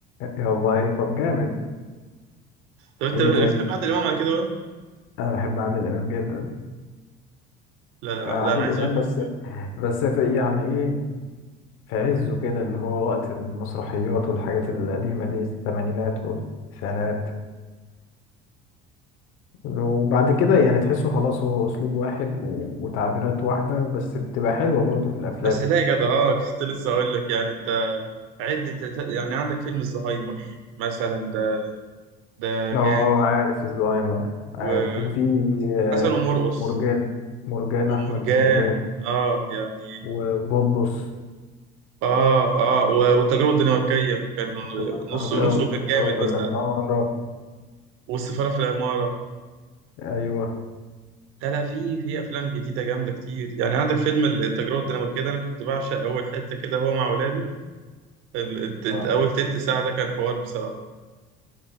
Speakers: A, on the left; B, on the right.
A: يا والله طب جامد
B: طب انت
A: ايه
B: بتحب
A: تاني
B: عادل امام على كده بقى
A: انا بحب عادل امام جدا
B: لا لا,
A: عادل
B: لا انا عايز
A: امام
B: اقول
A: بس
B: لك
A: بس في يعني ايه في عزه كده اللي هو وقت المسرحيات والحاجات القديمه دي الثمانينات والتسعينات وبعد كده يعني تحسه خلاص هو اسلوب واحد و- وتعبيرات واحده بس بتبقى حلوه برضه في الافلام
B: بس لا يا جدع اه كنت لسه اقول لك يعني انت عد انت- يعني عندك فيلم الزهايمر مثلا ده ده جامد
A: اه آه، عارف الزهايمر عارف
B: وحسن
A: وفي آه،
B: ومرقص
A: مرجان مرجان
B: ومرجان
A: احمد مرجان
B: اه يعني
A: وبوبس
B: اه اه و- والتجربه الدنماركيه كان
A: التجعتكة
B: نص نصه
A: والستاره
B: كان جامد
A: في العماره
B: مثلا والسفاره في العماره
A: ايوه
B: لا لا في في افلام جديده جامده كتير يعني عندك فيلم التجربه الدنماركيه ده انا كنت بعشق اول حته كده هو مع اولاده ال- الت- الت-
A: آه،
B: اول تلت ساعه ده كان حوار بصراحه